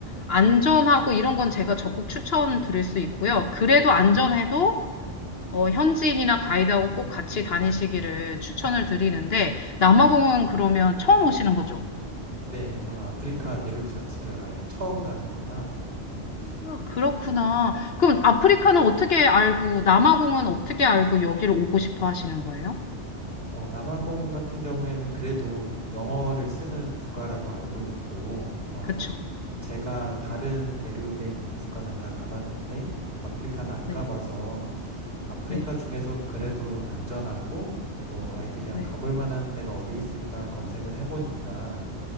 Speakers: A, on the left; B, on the right.
A: 안전하고 이런 건 제가 적극 추천드릴 수 있고요. 그래도 안전해도 어, 현지인이나 가이드하고 꼭 같이 다니시기를 추천을 드리는데, 남아공은 그러면 처음 오시는 거죠?
B: 네, 저는 아프리카 대륙 자체를 아예 처음 가는 거라 예.
A: 아, 그렇구나. 그럼 아프리카는 어떻게 알고, 남아공은 어떻게 알고 여기를 오고 싶어 하시는 거예요?
B: 어, 남아공 같은 경우에는 그래도 영어를 쓰는 국가라고 알고 있고 어,
A: 그쵸.
B: 제가 다른 대륙에 있는 국가는 다 가봤는데 아프리카는 안
A: 네,
B: 가봐서 아프리카
A: 네,
B: 중에서 그래도 안전하고 또 아이들이랑
A: 네.
B: 가볼 만한 데가 어디 있을까 검색을 해보니까